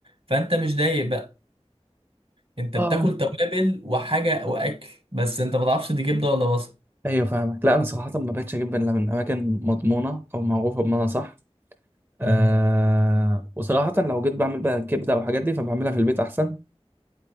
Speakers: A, on the right (about 60°); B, on the right (about 20°).
A: فانت مش دايق بقى انت
B: اه
A: بتاكل توابل وحاجه واكل بس انت ما تعرفش دي كبده ولا بصل
B: ايوه فاهمك لا انا صراحه ما بقتش اجيب الا من اماكن مضمونه او معروفه بمعنى صح
A: مم.
B: آه وصراحه لو جيت بعمل بقى كبده او حاجات دي فبعملها في البيت احسن